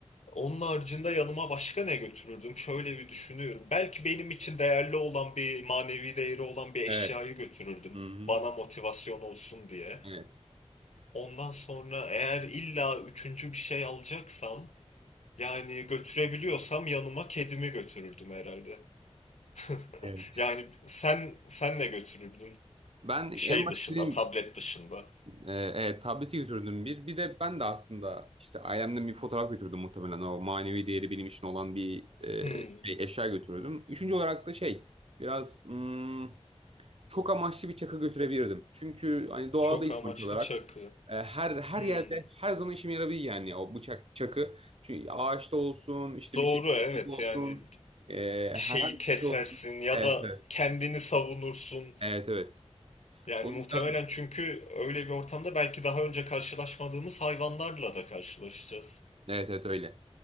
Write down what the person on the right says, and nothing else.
Evet.
Hı-hı.
Evet.
Evet.
Ben
en başta
dedim,
e, evet, tableti götürdüm bir. Bir de ben de aslında işte ailemden bir fotoğraf götürdüm muhtemelen. O manevi değeri benim için olan bir e,
şey, eşya götürürdüm. Üçüncü olarak da şey biraz hmm, çok amaçlı bir çakı götürebilirdim. Çünkü hani doğadayız
sonuç olarak.
E, her her
yerde her zaman işime yarabilir yani o bıçak çakı. Çünkü ağaçta olsun işte
bir şey
olsun.
E, herhangi
bir
şey olsun.
Evet
evet.
Evet evet.
O
yüzden
evet evet öyle.